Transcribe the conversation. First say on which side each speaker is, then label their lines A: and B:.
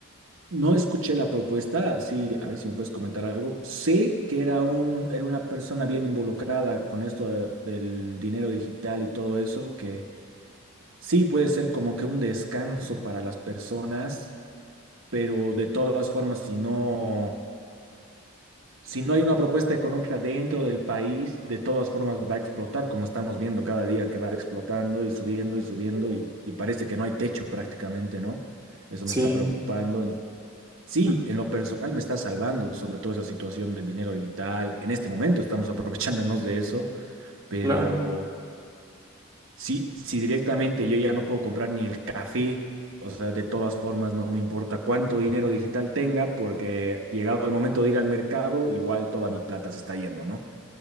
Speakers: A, on the right; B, on the right.
A: No escuché la propuesta, sí, a ver si me puedes comentar algo. Sé que era un, era una persona bien involucrada con esto de- del dinero digital y todo eso, que sí puede ser como que un descanso para las personas pero de todas formas, si no, si no hay una propuesta económica dentro del país, de todas formas va a explotar, como estamos viendo cada día que va explotando y subiendo y subiendo y, y parece que no hay techo prácticamente, ¿no? Eso
B: Sí,
A: me está preocupando. En- Sí,
B: mm,
A: en lo personal me está salvando, sobre todo esa situación del dinero digital. En este momento estamos aprovechándonos de eso, pero
B: claro.
A: si, si directamente yo ya no puedo comprar ni el café, o sea, de todas formas no me importa cuánto dinero digital tenga, porque llegado el momento de ir al mercado, igual toda mi plata se está yendo, ¿no?